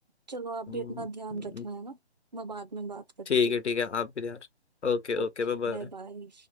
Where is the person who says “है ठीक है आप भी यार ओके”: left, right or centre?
Left